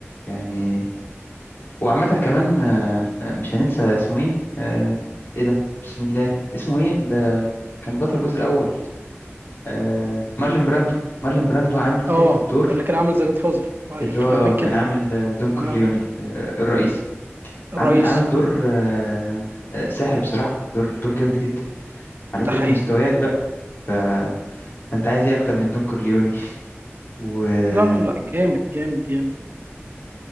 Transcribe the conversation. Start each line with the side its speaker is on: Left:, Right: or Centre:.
Left: يعني وعامة كمان آه، آه، مش هننسى اسمه ايه آه، ايه ده بسم الله اسمه ايه اللي كان بطل الجزء الأول آه، مارلين براندو مارلين براندو عامل
Right: اه
Left: حتة دور
Right: اللي كان عامل زي جاد فازر اه
Left: اللي
Right: يخرب
Left: هو آه،
Right: بيك
Left: كان
Right: كده
Left: عامل آه، دون كورليوني
Right: اه
Left: ال- آه، الرئيسي
Right: الرئيسي
Left: عامل عامل دور آه، آه، ساحر بصراحة دور دور جامد جدا على
Right: ده
Left: كل
Right: حقيقي
Left: المستويات بقى ف- فانت عايز ايه اكتر من دون كورليوني <laughs> وبرضو
Right: لا لا لا جامد جامد جامد